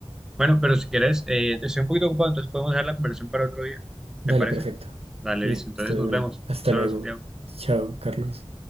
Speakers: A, in the centre; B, on the right.
A: Bueno, pero si quieres, eh, estoy un poquito ocupado, entonces podemos dejar la conversación para otro día.
B: Dale,
A: ¿Te parece?
B: perfecto.
A: Dale,
B: Listo
A: listo. Entonces
B: de
A: nos
B: una.
A: vemos.
B: Hasta
A: Saludos,
B: luego.
A: Santiago.
B: Chao, Carlos.